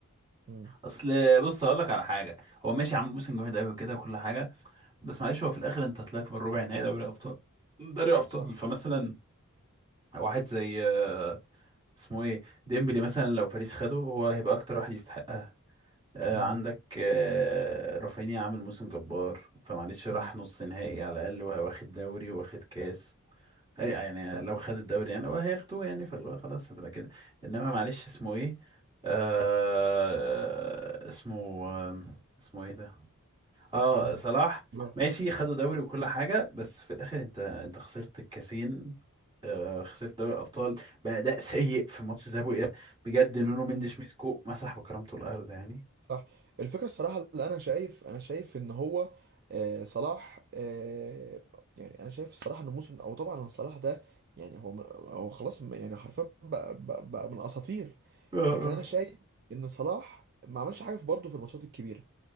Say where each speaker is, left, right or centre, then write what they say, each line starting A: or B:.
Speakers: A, on the right; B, on the right.
A: امم
B: اصل بص اقول لك على حاجه هو ماشي عمرو بوسن جامد قوي وكده وكل حاجه بس معلش هو في الاخر انت طلعت من ربع نهائي دوري ابطال دوري ابطال
A: صح
B: فمثلا واحد زي آه، اسمه ايه ديمبلي مثلا لو باريس خده هو هيبقى اكتر واحد يستحقها آه،
A: امم
B: عندك آه، رافينيا عامل موسم جبار فمعلش راح
A: امم
B: نص نهائي على الاقل وهو واخد دوري واخد كاس أي يعني
A: صح
B: لو خد الدوري يعني هو هياخدوه يعني فاللي هو خلاص هتبقى كده انما معلش اسمه ايه آه اسمه آه، اسمه ايه ده اه
A: امم
B: صلاح
A: لا
B: ماشي خدوا دوري وكل حاجة بس في الآخر انت انت خسرت الكاسين آه خسرت دوري الأبطال بأداء سيء في ماتش الذهاب والإياب بجد نونو مندش
A: امم
B: مسكه مسح بكرامته الأرض يعني
A: صح الفكره الصراحه اللي انا شايف انا شايف ان هو اه صلاح اه يعني انا شايف الصراحه ان الموسم او طبعا إن صلاح ده يعني هو هو خلاص يعني حرفيا بقى, بقى, بقى من اساطير
B: اه آه.
A: لكن انا
B: لكن
A: شايف ان صلاح ما عملش حاجه برضه في الماتشات الكبيره